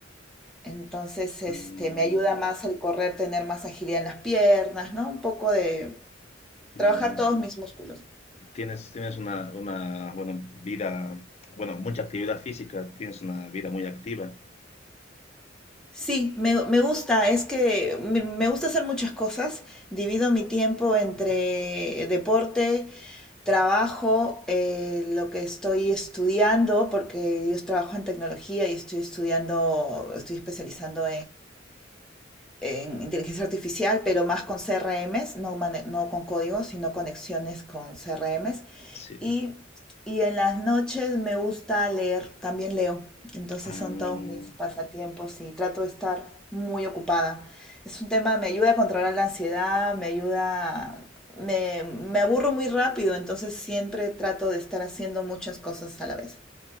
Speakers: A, in the centre; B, on the left (about 35°).
A: Entonces, este,
B: Mm,
A: me ayuda más el correr, tener más agilidad en las piernas, ¿no? Un poco de
B: mm,
A: trabajar todos mis músculos.
B: tienes, tienes una, una, bueno, vida, bueno, mucha actividad física, tienes una vida muy activa.
A: Sí, me, me gusta, es que me, me gusta hacer muchas cosas. Divido mi tiempo entre deporte, trabajo, eh, lo que estoy estudiando, porque yo trabajo en tecnología y estoy estudiando, estoy especializando en inteligencia artificial, pero más con CRMs, no, mane- no con código, sino conexiones con CRMs.
B: Sí.
A: Y, y en las noches me gusta leer, también leo. Entonces
B: Ah,
A: son todos mis pasatiempos y trato de estar muy ocupada. Es un tema, me ayuda a controlar la ansiedad, me ayuda, me, me aburro muy rápido, entonces siempre trato de estar haciendo muchas cosas a la vez.